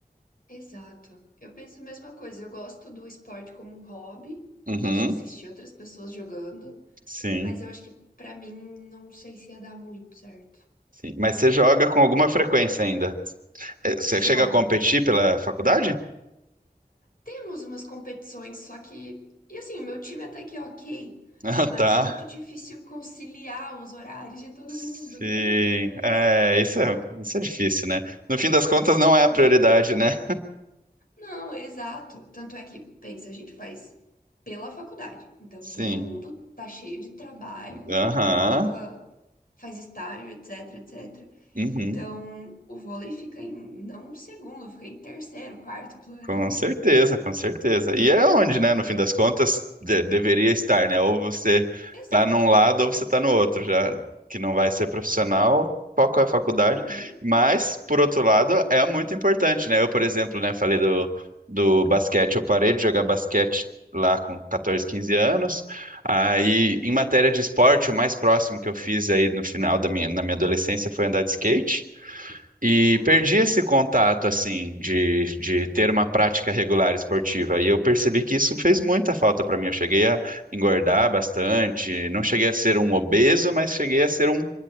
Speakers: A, on the left; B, on the right.
A: Exato. Eu penso a mesma coisa. Eu gosto do esporte como um hobby,
B: Uhum,
A: gosto de assistir outras pessoas jogando,
B: sim,
A: mas eu acho que pra mim não sei se ia dar muito certo.
B: sim. Mas você joga com alguma frequência ainda? Eh, Você
A: Jogo.
B: chega a competir pela faculdade? <laughs>
A: Temos umas competições, só que. E assim, o meu time até que é ok,
B: Ah,
A: mas
B: tá.
A: é muito difícil conciliar os horários de todo
B: Sim.
A: mundo. Meu Deus.
B: É, isso é, isso é difícil, né? No fim das contas, não
A: Um problema.
B: é a prioridade, né?
A: Não, exato. Tanto é que, pensa, a gente faz pela faculdade. Então,
B: Sim.
A: todo mundo tá cheio de trabalho,
B: Aham.
A: prova, faz estágio, etc, etc.
B: Uhum.
A: Então, o vôlei fica em, não segundo, fica em terceiro, quarto plano.
B: Com certeza, com certeza. E é onde, né, no fim das contas, de- deveria estar, né? Ou você
A: <laughs> Exato.
B: tá num lado ou você tá no outro, já que não vai ser profissional, foco é a faculdade.
A: Uhum,
B: Mas, por outro lado, é muito importante, né? Eu, por exemplo, né, falei do, do basquete, eu parei de jogar basquete lá com 14, 15 anos. Aí,
A: uhum.
B: em matéria de esporte, o mais próximo que eu fiz aí no final da minha, na minha adolescência foi andar de skate. E
A: Ah,
B: perdi
A: legal.
B: esse contato, assim, de, de ter uma prática regular esportiva. E eu percebi que isso fez muita falta para mim. Eu cheguei a engordar bastante, não cheguei a ser um obeso, mas cheguei a ser um.